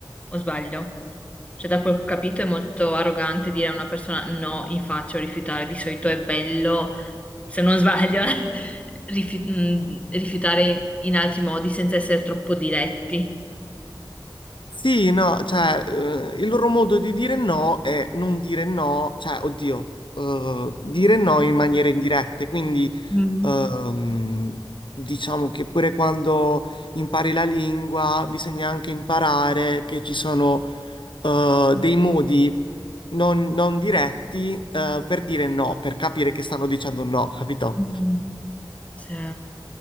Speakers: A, on the left (about 15°); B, on the left (about 70°).
A: o sbaglio? Cioè, da quel che ho capito è molto arrogante dire a una persona no in faccia o rifiutare, di solito è bello, se non sbaglio, <laughs> rifi- mh, rifiutare in altri modi senza essere troppo diretti.
B: Sì, no, cioè, eh, il loro modo di dire no è non dire no, cioè, oddio, eh, dire no in maniera indiretta. Quindi,
A: Mm.
B: ehm, diciamo che pure quando impari la lingua, bisogna anche imparare che ci sono, eh, dei modi non, non diretti, eh, per dire no, per capire che stanno dicendo no, <laughs> capito?
A: Mm. Sì,